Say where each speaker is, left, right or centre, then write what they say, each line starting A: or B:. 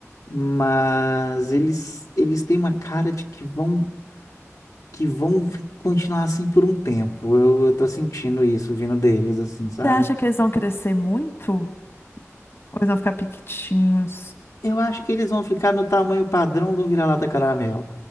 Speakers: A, on the left; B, on the left.
A: Mas eles eles têm uma cara de que vão que vão fi- continuar assim por um tempo. Eu, eu tô sentindo isso vindo deles, assim, sabe?
B: Você acha que eles vão crescer muito? Ou eles vão ficar pequitinhos,
A: Eu acho que eles vão ficar no tamanho padrão do vira-lata caramelo.